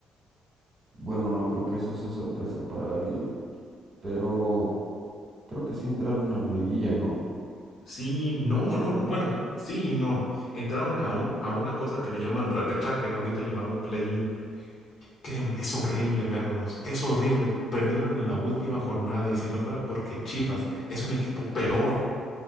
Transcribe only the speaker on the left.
Sí, no, no, bueno, sí y no. Entraron a, un- a una cosa que le llaman repechaje, ahorita llamado play-in. Créeme, es horrible verlos, es horrible. Perdieron en la última jornada y si no fuera porque Chivas es un equipo peor,